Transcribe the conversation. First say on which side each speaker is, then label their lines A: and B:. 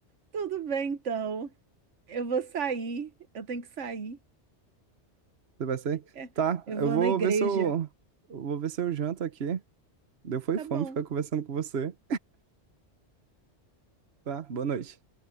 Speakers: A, on the right (about 85°); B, on the right (about 60°).
A: Tudo bem, então. Eu vou sair, eu tenho que sair.
B: Você vai ser?
A: É,
B: Tá,
A: eu
B: eu
A: vou
B: vou
A: na igreja.
B: ver se eu. eu Vou ver se eu janto aqui. Deu foi
A: Tá
B: fome
A: bom.
B: ficar conversando com você. Tá, boa noite.